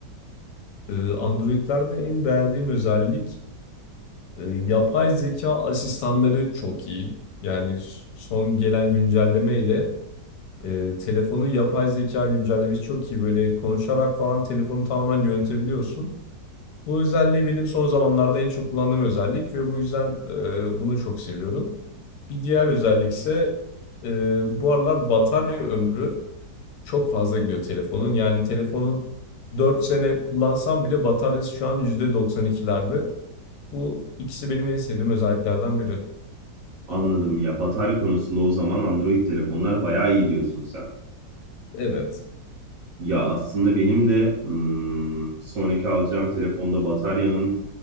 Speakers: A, on the left; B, on the right.
A: E, Android'lerde en beğendiğim özellik e, yapay zeka asistanları çok iyi. Yani s- son gelen güncelleme ile e, telefonu yapay zeka güncellemesi çok iyi. Böyle konuşarak falan telefonu tamamen yönetebiliyorsun. Bu özelliği benim son zamanlarda en çok kullandığım özellik ve bu yüzden e, bunu çok seviyorum. Bir diğer özellik ise e, bu aralar batarya ömrü çok fazla gidiyor telefonun. Yani telefonun 4 sene kullansam bile bataryası şu an %92'lerde. Bu ikisi benim en sevdiğim özelliklerden biri.
B: Anladım ya batarya konusunda o zaman Android telefonlar bayağı iyi diyorsun sen.
A: Evet.
B: Ya aslında benim de hmm, sonraki alacağım telefonda bataryanın